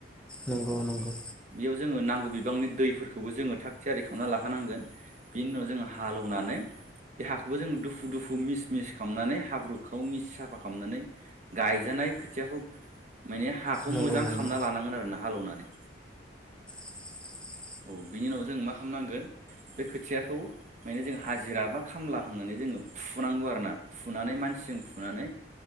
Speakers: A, in the centre; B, on the right.
A: नंगौ नंगौ
B: बेयाव जोङो नांगौ बिबांनि दैफोरखौबो जोङो थाग- थियारि खालामना लाखानांगोन। बेनि उनाव जोङो हालेवनानै बे हाखौबो जोङो दुफु दुफु मिस- मिस खालामनानै हाब्रुखौ मिस साफा खालामनानै गायजानाय खोथियाखौ माने हाखौ
A: नंगौ
B: मोजां
A: नंगौ
B: खालामना लानांगोन आरो ना हालौनानै।
A: <inaudible>
B: औ बिनि उनाव जों मा खालामनांगोन। बे खोथियाखौ माने जों हाजिरा बा खामला होनानै जोङो फुनांगौ आरोना फुनानै मानसिजों फुनानै